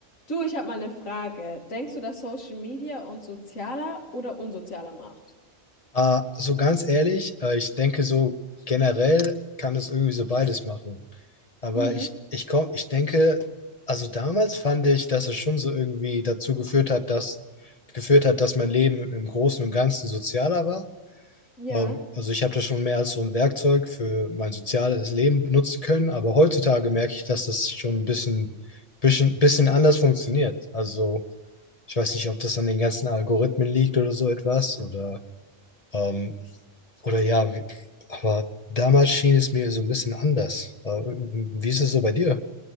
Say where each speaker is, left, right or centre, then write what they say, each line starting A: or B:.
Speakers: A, on the left; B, on the left.
A: Du, ich habe mal eine Frage. Denkst du, dass Social Media uns sozialer oder unsozialer macht?
B: Äh, so ganz ehrlich, äh, ich denke so generell kann es irgendwie so beides machen. Aber
A: Mhm.
B: ich, ich komm, ich denke, also damals fand ich, dass es schon so irgendwie dazu geführt hat, dass geführt hat, dass mein Leben im Großen und Ganzen sozialer war.
A: Ja.
B: Ähm, also ich habe das schon mehr als so ein Werkzeug für mein soziales Leben benutzen können, aber heutzutage merke ich, dass das schon ein bisschen, bisschen, bisschen anders funktioniert. Also ich weiß nicht, ob das an den ganzen Algorithmen liegt oder so etwas oder ähm, oder ja, wie, aber damals schien es mir so ein bisschen anders. Äh, Wie ist es so bei dir?